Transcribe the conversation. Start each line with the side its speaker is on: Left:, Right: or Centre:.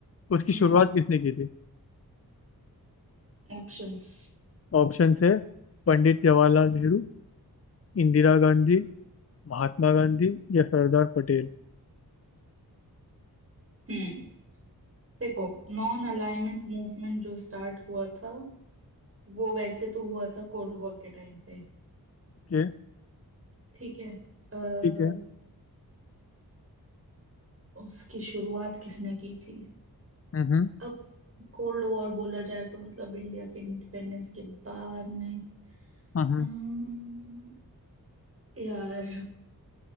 Left: उसकी
Right: हम्म
Left: शुरुआत किसने की थी
Right: ऑप्शंस
Left: ऑप्शन है पंडित जवाहरलाल नेहरू इंदिरा गांधी महात्मा गांधी या सरदार पटेल
Right: हम्म देखो नॉन अलाइनमेंट मूवमेंट जो स्टार्ट हुआ था वो वैसे तो हुआ था कोल्ड वॉर के टाइम पे
Left: ओके
Right: ठीक है अः
Left: ठीक है
Right: उसकी शुरुआत किसने की थी
Left: हम्म
Right: अब कोल्ड वॉर बोला जाए तो मतलब इंडिया के इंडिपेंडेंस के बाद में
Left: हम्म हम्म
Right: अम्म, यार